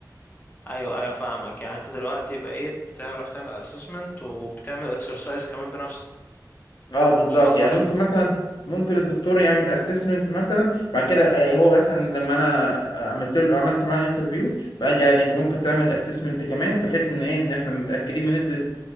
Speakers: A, on the left (about 25°); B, on the left (about 80°).
A: ايوه ايوه فاهمك يعني انت دلوقتي بقيت بتعرف تعمل اسسمنت وبتعمل اكسرسايز كمان بنفسك
B: اه بالظبط
A: ما شاء الله
B: يعني
A: حلو
B: ممكن مثلا ممكن الدكتور يعمل اسسمنت مثلا بعد كده آه، هو مثلا لما انا آه، عملت له عملت معاه انترفيو فقال لي عادي انت ممكن تعمل اسسمنت كمان بحيث ان ايه ان احنا متاكدين بنسبه